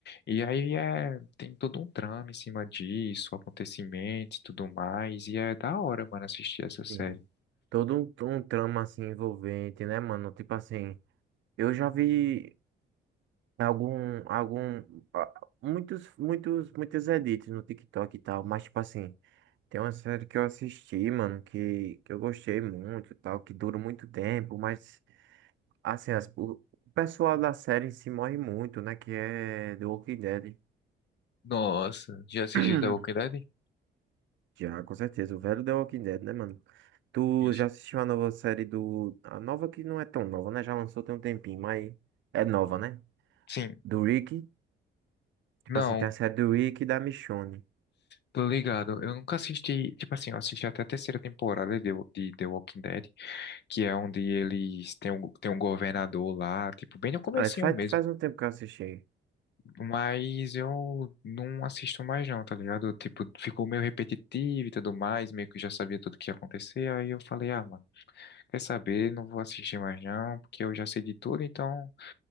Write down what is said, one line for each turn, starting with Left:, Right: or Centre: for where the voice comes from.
Left: E aí é, tem todo um trama em cima disso, acontecimentos e tudo mais, e é da hora, mano, assistir essa série.
Right: sim. Todo um, um trama assim envolvente, né, mano? Tipo assim. Eu já vi. Algum, algum, ah, muitos, muitos, muitos edits no TikTok e tal, mas tipo assim, tem uma série que eu assisti, mano, que, que eu gostei muito e tal, que dura muito tempo, mas assim, as- o o pessoal da série em si morre muito, né, que é The Walking Dead.
Left: Nossa, já assististe
Right: <clears throat>
Left: The Walking Dead?
Right: Já, com certeza, o velho The Walking Dead, né, mano? Tu
Left: Isso.
Right: já assistiu a nova série do... A nova que não é tão nova, né? Já lançou tem um tempinho, mas é nova, né?
Left: Sim,
Right: Do Rick, tipo
Left: não,
Right: assim, tem a série do Rick e da Michonne.
Left: Tô ligado. Eu nunca assisti, tipo assim, eu assisti até a terceira temporada de, de The Walking Dead, que é onde eles têm um, tem um governador lá, tipo, bem no comecinho
Right: Ah, isso faz,
Left: mesmo.
Right: faz um tempo que eu assisti.
Left: Mas eu não assisto mais não, tá ligado? Tipo, ficou meio repetitivo e tudo mais, meio que eu já sabia tudo que ia acontecer, aí eu falei, ah, mano, quer saber, não vou assistir mais não, porque eu já sei de tudo, então